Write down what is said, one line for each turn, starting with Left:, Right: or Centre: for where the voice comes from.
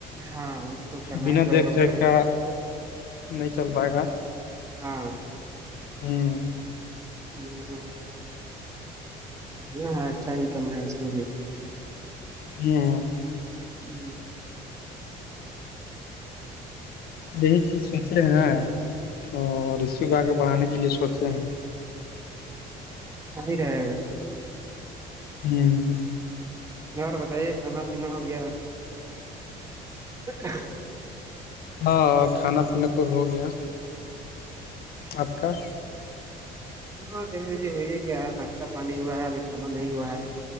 Right: ہاں تو کرنا
Left: بنا
Right: ہی پڑے
Left: دیکھ
Right: گا
Left: ریکھ کا نہیں چل پائے گا
Right: ہاں ہ
Left: ہوں
Right: ہ <unintelligible> ہاں ہاں اچھا انکم ہے اس میں بھی
Left: ہوں
Right: ہی <unintelligible>
Left: یہی چیز سوچے ہیں اور اسیی کو آگے بڑھانے کے لیے سوچے ہیں
Right: صحی رہگا
Left: ہوں
Right: اور بتائیے کھانا پینا ہو گیا تو <unintelligible>
Left: ہاں کھانا پینا تو ہو گیا آپ کا
Right: ہاں جلی ہوئی ہے کیا ناشتہ پانی ہوا ہے ابھی کانا نہیں ہوا ہے